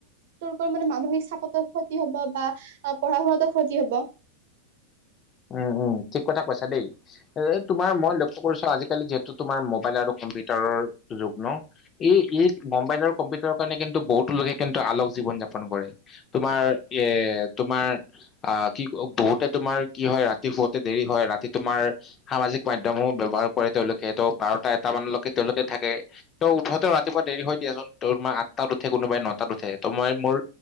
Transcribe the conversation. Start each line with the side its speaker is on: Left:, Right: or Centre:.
Right: তেওঁলোকে মানে মানে মানসিক চাপতো ক্ষতি হব বা পঢ়া শুনাতো ক্ষতি হব
Left: <unintelligible> উম ঠিক কথা কৈছা দেই। এ তোমাৰ মই লক্ষ্য কৰিছো আজিকালি যিহেতু তোমাৰ মোবাইল আৰু কম্পিউটাৰৰ যোগ ন এই এই মোবাইল আৰু কম্পিউটাৰৰ কাৰণে কিন্তু বহুতো লোকে কিন্তু আলক জীৱন যাপন কৰে তোমাৰ এ তোমাৰ অ কি ক বহুতে তোমাৰ কি হয় ৰাতি শুৱতে দেৰি হয় ৰাতি তোমাৰ সামাজিক মাধ্যমো ব্যৱহাৰ কৰে তেওঁলোকে ত বাৰটা এটা এটালৈকে তেওঁলোকে থাকে ত উঠোতেও ৰাতিপুৱা দেৰি হৈ দিয়াচোন ত তোমাৰ আঠটাত উঠে কোনোবাই নটাত উঠে ত মই মোৰ